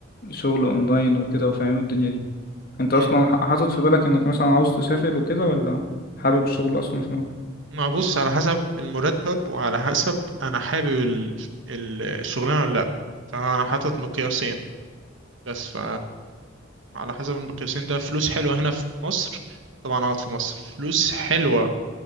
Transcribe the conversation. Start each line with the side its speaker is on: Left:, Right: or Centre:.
Left: شغل أونلاين وكده وفاهم الدنيا دي أنت
Right: مم.
Left: أصلا ح- حاطط في بالك إنك مثلا عاوز تسافر وكده ولا حابب الشغل أصلا في مصر؟
Right: ما بص على حسب المرتب وعلى حسب انا حابب ال- ال- الشغلانة ولا لا فانا حاطط مقياسين بس ف على حسب المقياسين ده فلوس حلوة هنا في مصر طبعا اقعد في مصر فلوس حلوة